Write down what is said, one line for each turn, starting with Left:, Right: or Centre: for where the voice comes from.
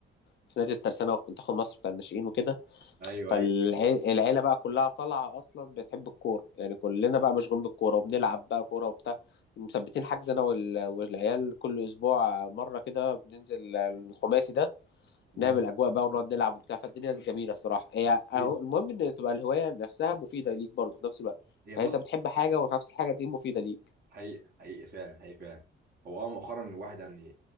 Left: في نادي الترسانه وفي منتخب مصر بتاع الناشئين وكده
Right: ايوه
Left: فالعيلة
Right: ايوه
Left: بقى كلها طالعة أصلا بتحب الكورة يعني كلنا بقى مشغولين بالكورة وبنلعب بقى كورة وبتاع مثبتين حجز أنا وال- والعيال كل أسبوع مرة كده بننزل الخماسي ده
Right: مم.
Left: نعمل أجواء بقى ونقعد نلعب وبتاع فالدنيا جميلة الصراحة هي
Right: هي
Left: أهو المهم إن تبقى الهواية نفسها مفيدة ليك برضه في نفس الوقت
Right: هي
Left: يعني
Right: بص
Left: أنت بتحب حاجة ونفس الحاجة دي مفيدة ليك
Right: حقيقي حقيقي فعلا حقيقي فعلا هو اه مؤخرا الواحد يعني